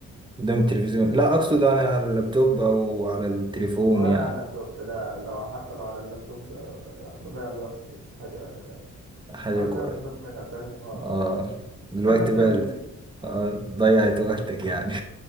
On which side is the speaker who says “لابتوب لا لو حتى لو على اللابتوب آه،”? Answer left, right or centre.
Right